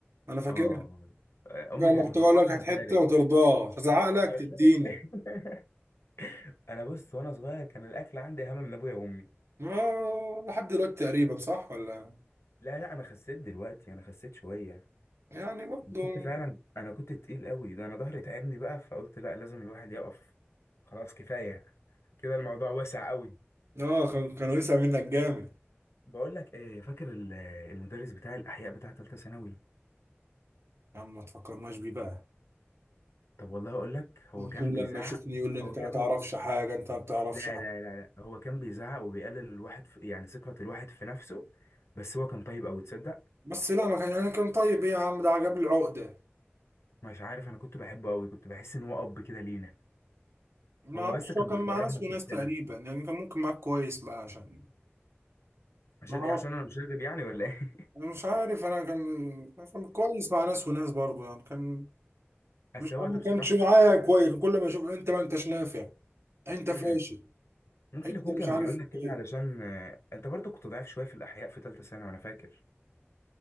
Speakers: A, on the right (about 75°); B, on the left (about 80°).
A: انا فاكر
B: اه امي
A: لما
B: كانت
A: كنت
B: مفكره
A: اقول لك هات
B: انا
A: حته
B: خارج
A: ما ترضاش ازعق لك
B: <laughs>
A: تديني
B: انا بص وانا صغير كان الاكل عندي اهم من ابويا وامي
A: ما لحد دلوقتي تقريبا صح ولا
B: لا لا انا خسيت دلوقتي انا خسيت شويه
A: يعني برضه
B: كنت فعلا انا كنت تقيل قوي ده انا ظهري تعبني بقى فقلت لا لازم الواحد يقف خلاص كفايه كده الموضوع واسع قوي
A: اه كان- كانوا يسع منك جامد
B: بقول لك ايه فاكر ال- المدرس بتاع الاحياء بتاع ثالثه ثانوي
A: يا عم ما تفكرناش بيه بقى
B: طب والله اقول لك هو
A: كل
B: كان بيزعق
A: لما يشوفني يقول لي انت
B: هو كان
A: ما تعرفش
B: بي...
A: حاجه انت ما بتعرفش
B: لا لا لا لا هو كان بيزعق وبيقلل الواحد في... يعني ثقه الواحد في نفسه بس هو كان طيب قوي تصدق
A: بس لا ما كان يعني كان طيب ايه يا عم ده عجب العقدة
B: مش عارف انا كنت بحبه قوي كنت بحس ان هو اب كده لينا
A: ما
B: هو
A: اعرفش
B: بس كان
A: هو كان
B: بيكرهنا
A: مع ناس
B: في
A: وناس
B: نفسنا
A: تقريبا يعني كان ممكن معاك كويس بقى عشان
B: عشان
A: ما هو
B: ايه عشان انا مش راغب يعني ولا ايه <laughs>
A: أنا مش عارف انا كان كان كويس مع ناس وناس برضه يعني كان
B: بس
A: مش
B: هو
A: انا ما
B: ده بصراحه
A: كانش معايا كويس كل ما اشوف انت ما انتش نافع انت
B: مم.
A: فاشل
B: ممكن
A: انت
B: يكون كان
A: مش عارف
B: بيقول لك كده
A: ايه
B: علشان آه، انت برضو كنت ضعيف شويه في الاحياء في ثالثه ثانوي وانا فاكر